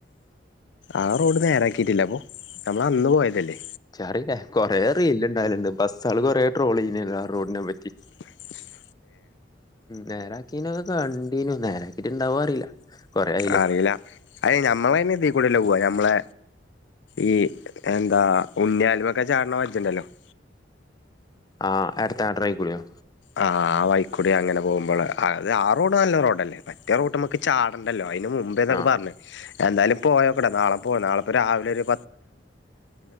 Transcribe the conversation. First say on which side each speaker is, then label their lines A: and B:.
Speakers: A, on the left; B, on the left.
A: ആ റോഡ് നേരാക്കിയിട്ടില്ല അപ്പൊ നമ്മൾ അന്ന് പോയതല്ലേ
B: സാരല്ല കൊറെ റീല് ഇണ്ടായാലണ്ട് ബസ്സള് കൊറെ ട്രോള് ചെയ്യ്തീണല്ലോആ റോഡിനെ പറ്റി
A: <inaudible>
B: നേരാക്കീനക്കെ കണ്ടീനു നേരാക്കിട്ട് ഇണ്ടവോ അറിയില്ല കൊറേ ആയില്ലേ
A: അറിയില്ല അതിന് ഞമ്മള ഇതീക്കൂടെല്ല പോവാ നമ്മളെ ഈ എന്താ ഉണ്ണൃലുമൊക്കെ ചാടന വച്ചണ്ടല്ലോ <inaudible>
B: ആ അടുത്ത ആടറിക്കൂളിയോ
A: ആഹ് ആഹ് വൈക്കുടി അങ്ങനെ പോകുമ്പോൾ അത് ആ റോഡ് നല്ല റോഡല്ലേ മറ്റേ റോട്ട് മ്മക്ക് ചാടണ്ടല്ലോ അതിന് മുമ്പേതോ
B: ആഹ്
A: പറഞ്ഞു എന്തായാലും പോയോക്കെ നാളെ പോ നാളെപ്പോ രാവിലെ